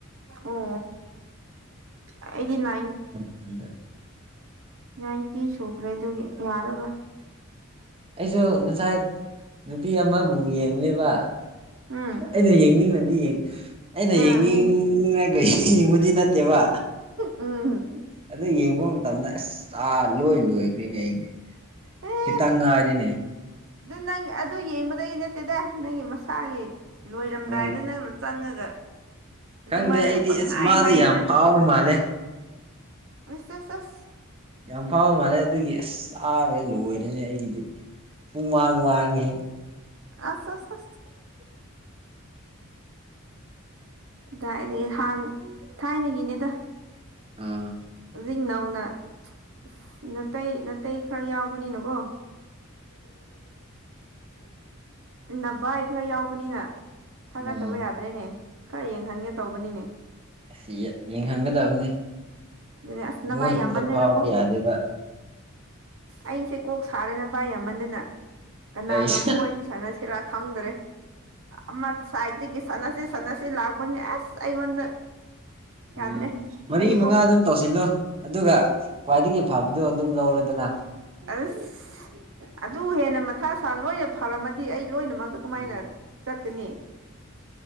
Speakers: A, on the right; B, on the right.
A: ꯑꯣ ꯑꯩꯗꯤ ꯅꯥꯏꯟ
B: ꯅꯠ
A: ꯅꯥꯏꯟꯇꯤ ꯁꯣꯈ꯭ꯔꯦ ꯑꯗꯨꯒꯤ ꯌꯥꯔꯔꯣꯏ
B: ꯑꯩꯖꯨ ꯉꯁꯥꯏ ꯅꯨꯄꯤ ꯑꯃꯥ ꯕꯨ ꯌꯦꯡꯉꯨꯅꯦꯕ
A: ꯎꯝ
B: ꯑꯩꯅ ꯌꯦꯡꯅꯤꯡꯉꯗꯤ ꯑꯩꯅ
A: ꯎꯝ
B: ꯌꯦꯡꯅꯤꯡꯉꯒꯩ ꯌꯦꯡꯕꯗꯤ ꯅꯠꯇꯦꯕ
A: ꯑ
B: ꯑꯗꯣ ꯌꯦꯡꯕ ꯃꯇꯝꯗ ꯑꯁ ꯆꯥ ꯂꯣꯏ ꯂꯣꯏꯈ꯭ꯔꯦꯅꯦ ꯑꯩꯅꯦ
A: ꯑꯦ
B: ꯈꯤꯇꯪ ꯉꯥꯏꯔꯤꯅꯦ
A: ꯑꯗꯨ ꯅꯪ ꯑꯗꯨ ꯌꯦꯡꯕꯗꯒꯤ ꯅꯠꯇꯦꯗ ꯅꯪꯒꯤ ꯃꯁꯥꯒꯤ ꯂꯣꯏꯔꯝꯗꯥꯏꯗ
B: ꯎꯝ
A: ꯅꯪ ꯆꯪꯉꯒ ꯑꯗꯨꯃꯥꯏꯅ
B: ꯈꯪꯗꯦ ꯑꯩꯗꯤ
A: ꯄꯪꯉꯥꯏ
B: ꯑꯁ ꯃꯥꯗꯤ
A: ꯍꯥꯏꯌꯦꯅ
B: ꯌꯥꯝ ꯐꯥꯎꯕ ꯃꯥꯜꯂꯦ
A: ꯃꯤꯁꯦꯁꯁ
B: ꯌꯥꯝ ꯐꯥꯎꯕ ꯃꯥꯜꯂꯦ ꯑꯗꯨꯒꯤ ꯑꯁ ꯆꯥꯔꯦ ꯂꯣꯏꯔꯦ ꯑꯗꯨꯅꯦ ꯑꯩꯒꯤꯗꯤ ꯄꯨꯡ ꯃꯥꯡ-ꯃꯥꯡꯕ ꯉꯦ
A: ꯑꯁ ꯑꯁ ꯀꯗꯥꯏꯗꯒꯤ ꯍꯥꯟ ꯊꯥꯏꯅꯒꯤꯅꯦꯗ
B: ꯑꯝ
A: ꯍꯧꯖꯤꯛ ꯅꯧꯅ ꯑꯁ ꯅꯥꯇꯩ ꯅꯥꯇꯩ ꯈ꯭ꯔ ꯌꯥꯎꯕꯅꯤꯅꯀꯣ ꯅꯕꯥꯏ ꯈ꯭ꯔ ꯌꯥꯎꯕꯅꯤꯅ ꯊꯥꯒꯠꯇꯕ
B: ꯎꯝ
A: ꯌꯥꯗ꯭ꯔꯦꯅꯦ ꯀꯥꯏ ꯌꯦꯡꯍꯟꯒꯦ ꯇꯧꯕꯅꯤꯅꯦ
B: ꯑꯁꯤ ꯌꯦꯡꯍꯟꯒꯗꯕꯅꯤ
A: ꯑꯗꯨꯅꯦ ꯑꯁ ꯅꯚꯥꯏ
B: ꯃꯣꯏ ꯈꯛꯇ
A: ꯌꯥꯝꯃꯟꯗꯅꯀꯣ
B: ꯐꯥꯎꯕ ꯌꯥꯗꯦꯕ
A: ꯑꯩꯁꯦ ꯀꯣꯛ ꯁꯥꯔꯦ ꯅꯚꯥꯏ ꯌꯥꯝꯃꯟꯗꯅ ꯀꯅꯥꯒ
B: ꯑꯩꯁꯦ
A: ꯑꯃꯨꯛ ꯋꯥꯔꯤ ꯁꯥꯟꯅꯁꯤꯔꯥ ꯈꯪꯗ꯭ꯔꯦ ꯑꯃ ꯁꯥꯏꯠꯇꯒꯤ ꯁꯥꯟꯅꯁꯤꯦ ꯁꯟꯅꯁꯤ ꯂꯥꯛ ꯄꯨ ꯑꯁ ꯑꯩꯒꯣꯟꯟ
B: ꯎꯝ
A: ꯌꯥꯗ꯭ꯔꯦ
B: ꯃꯔꯤ
A: ꯑꯩꯒ
B: ꯃꯉꯥ ꯑꯗꯨꯝ ꯇꯧꯁꯤꯜꯂꯣ ꯑꯗꯨꯒ ꯈ꯭ꯋꯥꯏꯗꯒꯤ ꯐꯕꯗꯣ ꯑꯗꯨꯝ ꯂꯧꯔꯦꯗꯅ
A: ꯑꯁ ꯑꯗꯨ ꯍꯦꯟꯅ ꯃꯊꯥ ꯁꯥ ꯂꯣꯏꯅ ꯐꯔꯝꯃꯗꯤ ꯑꯩ ꯂꯣꯏꯅꯃꯛ ꯀꯃꯥꯏꯅ
B: ꯎꯝ
A: ꯆꯠꯀꯅꯤ